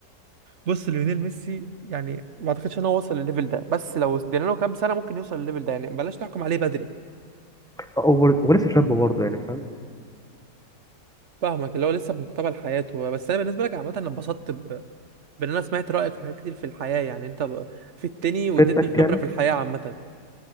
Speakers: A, on the right; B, in the centre.
A: بص ليونيل ميسي يعني ما أعتقدش إن هو وصل للليفل ده بس لو ادينا له كام سنة ممكن يوصل للليفل ده يعني بلاش تحكم عليه بدري
B: أوبر ولسه شابة برضه يعني فاهم
A: فاهمك اللي هو لسه بمقتبل حياته بس انا بالنسبه لك عامه انا اتبسطت ب... بان انا سمعت رايك في حاجات كتير في الحياه يعني انت ب... في التاني واديتني
B: فدتك
A: خبره
B: يعني
A: في الحياه عامه